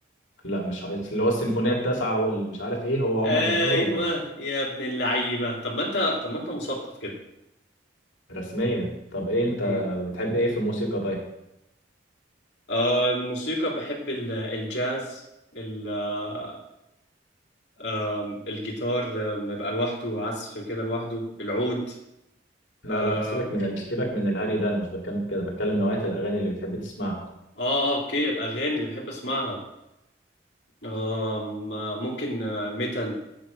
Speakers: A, on the left; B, on the left.
A: لا مش ه- اللي هو السيمفونيه التاسعه والمش عارف ايه هو عمر
B: ايوه
A: مختار ولا
B: يا ابن اللعيبه طب ما انت طب ما انت مثقف كده
A: رسميا طب ايه انت
B: امم
A: بتحب ايه في الموسيقى طيب
B: آه الموسيقى بحب ال- الجاز ال آه آم، الجيتار آم، يبقى لوحده عزف كده لوحده العود
A: لا
B: آم،
A: لا سيبك من ال... سيبك من الهري ده انا مش بتكلم في كده بتكلم نوعية الاغاني اللي بتحب تسمعها
B: اه آه، اوكي الاغاني اللي بحب اسمعها آم، آه، ممكن آه، ميتال